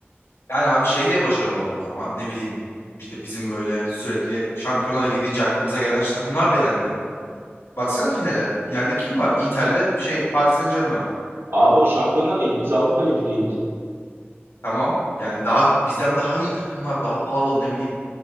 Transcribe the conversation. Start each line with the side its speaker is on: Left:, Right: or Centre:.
Left: Yani abi şey de başarılı olamadı ama ne bileyim işte bizim böyle sürekli şampiyonlara gidince aklımıza gelen şu takımlar da elendi. Baksana finale. Finalde kim var? Inter'le şey Paris Saint-Germain.
Right: Abi o Şampiyonlar Ligi biz Avrupa Ligi'ndeydik.
Left: Tamam. Yani daha bizden daha iyi takımlar, daha pahalı ne bileyim,